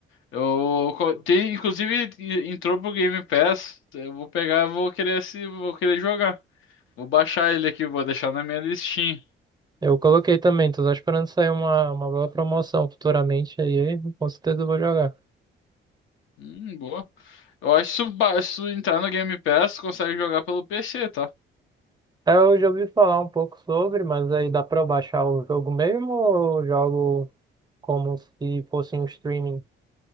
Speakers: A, on the left (about 80°); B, on the right (about 20°).
A: Eu co- tem, inclusive e- entrou pro Game Pass. Eu vou pegar, eu vou querer se vou querer jogar. Vou baixar ele aqui, vou deixar na minha listinha.
B: Eu coloquei também, tô só esperando sair uma, uma boa promoção futuramente aí, com certeza eu vou jogar.
A: Hum, boa. Eu acho que se tu ba- se tu entrar no Game Pass, tu consegue jogar pelo PC, tá?
B: É, eu já ouvi falar um pouco sobre, mas aí dá pra eu baixar o jogo mesmo ou eu jogo como se fosse um streaming?